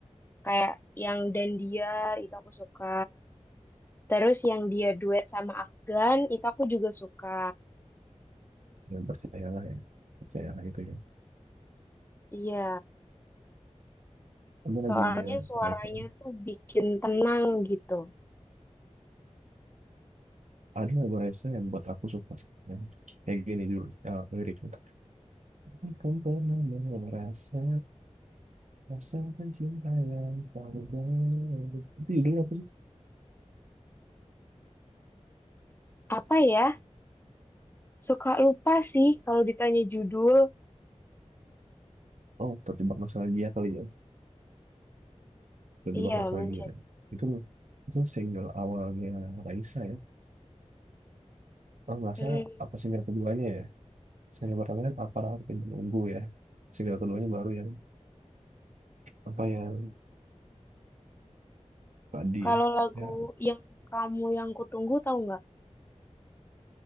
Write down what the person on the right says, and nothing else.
Yang Percayalah ya. Percayalah itu ya.
Ada
lagunya
Raisa.
Ada lagu Raisa yang buat aku suka. Dan kayak gini dulu. ya liriknya. Akan pernah merasa rasakan cinta yang kau beri. Itu judulnya apa sih?
Oh, terjebak nostalgia kali ya. Terjebak
nostalgia.
Itu itu single awalnya Raisa ya. Oh, nggak
salah apa single keduanya ya? Single pertama kan aparat yang menunggu ya. Single keduanya baru yang apa yang tadi
ya.
Ya,